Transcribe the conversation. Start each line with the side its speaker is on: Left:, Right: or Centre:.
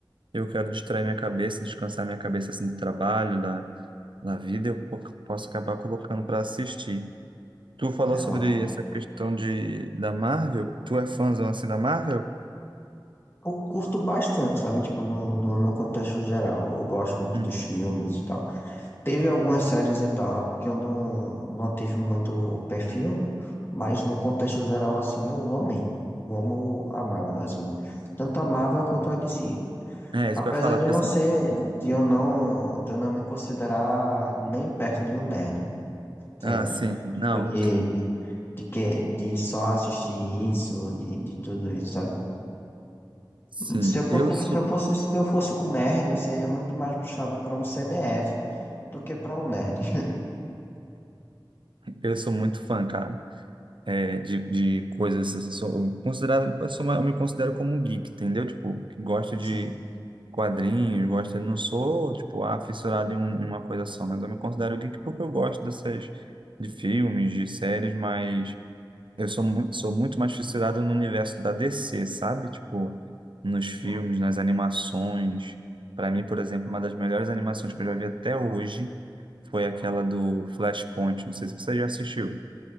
Right: Eu quero distrair minha cabeça, descansar minha cabeça, assim, do trabalho, da, da vida. Eu po- posso acabar colocando para assistir. Tu falou
Left: É
Right: sobre
Left: ótimo.
Right: essa questão de, da Marvel. Tu é fãzão assim da Marvel?
Left: Eu curto bastante, sabe? Tipo, no, no, no contexto geral. Eu gosto muito
Right: Uhum.
Left: dos filmes e tal. Teve algumas séries e tal que eu não, não tive muito o perfil, mas no contexto geral, assim, eu amei. Eu amo a Marvel, assim. Tanto a Marvel quanto a DC.
Right: É, isso
Left: Apesar
Right: que eu ia falar,
Left: de
Right: porque
Left: eu não
Right: assim.
Left: ser, de eu não, de eu não me considerar nem perto de um nerd, sabe?
Right: Ah, sim,
Left: Tipo,
Right: não.
Left: de, de que de só assistir isso, de, de tudo isso, sabe?
Right: Sim,
Left: Se eu fosse,
Right: eu sou,
Left: se eu fosse, se eu fosse um nerd, eu seria muito mais puxado para um CDF do que para um nerd. <laughs>
Right: eu sou muito fã, cara, é, de, de coisas. assim, Sou eu considerado, eu sou uma- eu me considero como um geek, entendeu? Tipo, que gosta de
Left: Sim,
Right: quadrinhos, gosta. Não sou, tipo, ah, fissurado em, um- em uma coisa só, mas eu me considero geek porque eu gosto dessas, de filmes, de séries, mas. Eu sou muito, sou muito mais fissurado no universo da DC, sabe? Tipo, nos filmes, nas animações. Para mim, por exemplo, uma das melhores animações que eu já vi até hoje foi aquela do Flashpoint. Não sei se você já assistiu.